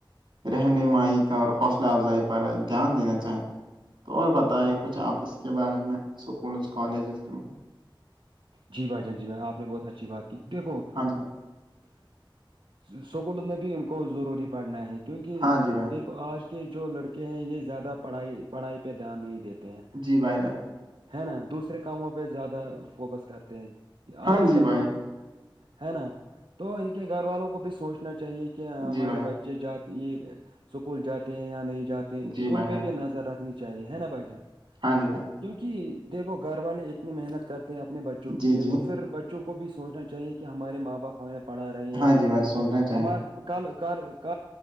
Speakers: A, on the right; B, on the right.
A: رہنمائی کا اور حوصلہ افزائی پر دھیان دینا چاہیں تو اور بتائائے کچھ آپ اس کے بارے میں اسکولز کالجز کے بارے میں
B: جی بھائی جن جی بھائی آپ نے بہت اچھی بات کی دیکھو
A: ہاں جی بھائی
B: اسکولوں میں بھی ان کو ضروری پڑھنا ہے کیونکہ
A: ہاں جی بھائی
B: د آج کے جو لڑکے ہیں یہ زیادہ پڑھائی پڑھائی پہ دھیان نہیں دیتے ہیں
A: جی بھائی جان
B: ہے نا دوسرے کاموں پہ زیادہ فوکس کرتے ہیں
A: ہاں
B: آج
A: جی
B: کل
A: بھائی
B: ہے نا تو ان کے گھر والوں کو بھی سوچنا چاہیے کہ ہمارے
A: جی بھائی جان
B: بچے بچے جاتے یہ اسکول جاتے ہیں یا نہیں جاتے ہیں
A: جی بھائی
B: ان پہ
A: جان
B: بھی نظر رکھنی چاہ چاہیے ہے نا بھائی جان
A: ہاں جی بھائی <inaudible>
B: کیونکہ دیکھو گھر والے اتنی محنت کرتے ہیں اپنے بچوں
A: جی
B: کے لیے
A: جی
B: تو پھر بچوں کو بھی سوچنا چ چاہیے کہ ہمارے ماں باپ ہمیں پڑھا رہے ہیں
A: ہاں جی بھائی سوچنا چاہیے
B: ہمار کل کر ک